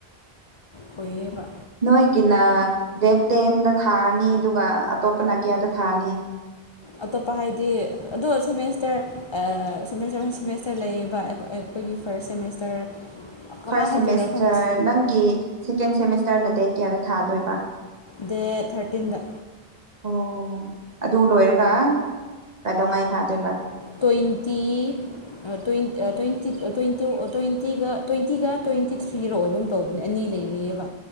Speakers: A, on the left; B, on the right.
A: ꯀꯨꯏꯌꯦꯕ
B: ꯅꯣꯏꯒꯤꯅ ꯗꯦꯠ ꯇꯦꯟꯗ ꯊꯥꯔꯅꯤ ꯑꯗꯨꯒ ꯑꯇꯣꯞꯄꯅ ꯀꯌꯥꯗ ꯊꯥꯔꯅꯤ
A: ꯑꯇꯣꯞꯄ ꯍꯥꯏꯗꯤ ꯑꯗꯣ ꯁꯦꯃꯦꯁꯇꯔ ꯑꯥ ꯁꯦꯃꯦꯁꯇꯔ ꯁꯦꯃꯦꯁꯇꯔ ꯂꯩꯌꯦꯕ ꯑꯩꯈꯣ ꯑꯩꯈꯣꯏꯒꯤ ꯐꯥꯔꯁ ꯁꯦꯃꯦꯁꯇꯔ ꯀꯃꯥꯏꯅ
B: ꯐꯥꯔꯁ ꯁꯦꯃꯦꯁꯇꯔ
A: ꯍꯥꯏꯗꯣꯏꯔꯣ ꯈꯪꯗꯦ
B: ꯅꯪꯒꯤ ꯁꯦꯀꯦꯟ ꯁꯦꯃꯦꯁꯇꯔꯅ ꯗꯦꯠ ꯀꯌꯥꯗ ꯊꯥꯗꯣꯏꯕ
A: ꯗꯦꯠ ꯊꯥꯔꯇꯤꯟꯗ
B: ꯑꯣ ꯑꯗꯨ ꯂꯣꯏꯔꯒ ꯀꯩꯗꯧꯉꯩ ꯊꯥꯗꯣꯏꯕ
A: ꯇ꯭ꯋꯦꯟꯇꯤ ꯑꯥ ꯇ꯭ꯋꯦꯟ ꯑꯥ ꯇ꯭ꯋꯦꯟꯇꯤ ꯑꯥ ꯇ꯭ꯋꯦꯟꯇꯤ ꯑꯥ ꯇ꯭ꯋꯦꯟꯇꯤꯒ ꯇ꯭ꯋꯦꯟꯇꯤꯒ ꯇ꯭ꯋꯦꯟꯇꯤ ꯊ꯭ꯔꯤꯔꯣ ꯑꯣꯏꯕꯒꯨꯝ ꯇꯧꯕꯅꯦ ꯑꯅꯤ ꯂꯩꯔꯤꯌꯦꯕ